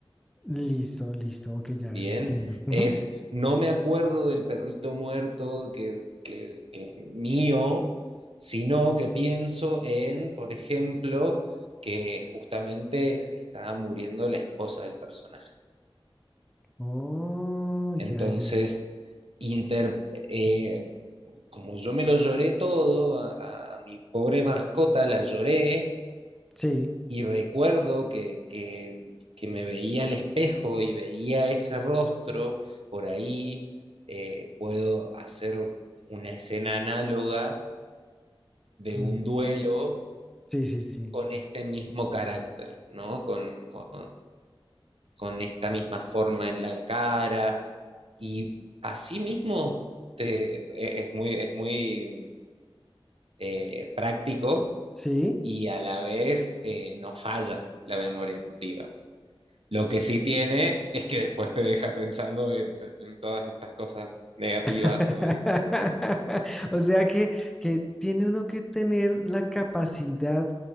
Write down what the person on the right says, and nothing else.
Bien,
es no me acuerdo del perrito muerto que, que, que es mío, sino que pienso en, por ejemplo, que justamente está muriendo la esposa del personaje.
Entonces,
inter- eh, como yo me lo lloré todo, a, a- a mi pobre mascota la lloré,
Y recuerdo que, que, que me veía al espejo y veía ese rostro, por ahí eh, puedo hacer una escena análoga de
un duelo
con este mismo carácter, ¿no? Con, con, con esta misma forma en la cara. Y así mismo te- e, es muy, es muy eh, práctico
y a la vez eh, no falla la memoria emotiva. Lo que sí tiene es que después te deja pensando en, en todas estas cosas negativas
o en-